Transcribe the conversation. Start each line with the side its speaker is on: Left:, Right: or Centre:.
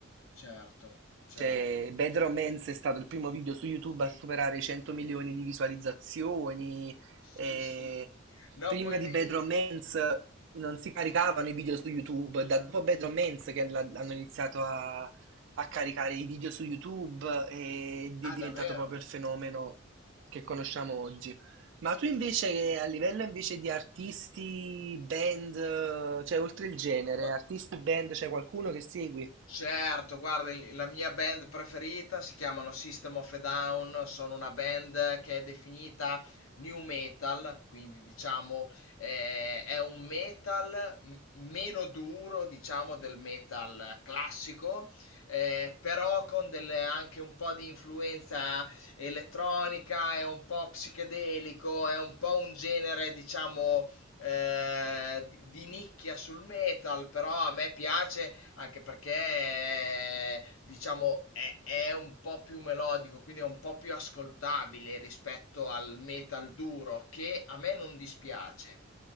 Left: Certo, certo.
Right: Cioè, Bad Romance è stato il primo video su YouTube
Left: Sì,
Right: a superare i 100 milioni di visualizzazioni.
Left: sì,
Right: e
Left: sì. No,
Right: prima
Left: poi
Right: di Bad
Left: lei...
Right: Romance non si caricavano i video su YouTube. Da dopo Bad Romance che la- hanno iniziato a, a caricare i video su YouTube ed
Left: Ah,
Right: è diventato
Left: davvero?
Right: proprio il fenomeno che conosciamo oggi. Ma tu invece,
Left: Eh,
Right: a livello invece di artisti, band, cioè oltre il genere,
Left: Gua-
Right: artisti, band, c'è qualcuno che segui?
Left: Certo, guarda, il- la mia band preferita si chiamano System of a Down, sono una band che è definita new metal, quindi diciamo eh, è un metal m- meno duro, diciamo, del metal classico, eh, però con delle- anche un po' di influenza elettronica, è un po' psichedelico, è un po' un genere, diciamo, eh, di di nicchia sul metal, però a me piace anche perché diciamo è, è un po' più melodico, quindi è un po' più ascoltabile rispetto al metal duro, che a me non dispiace.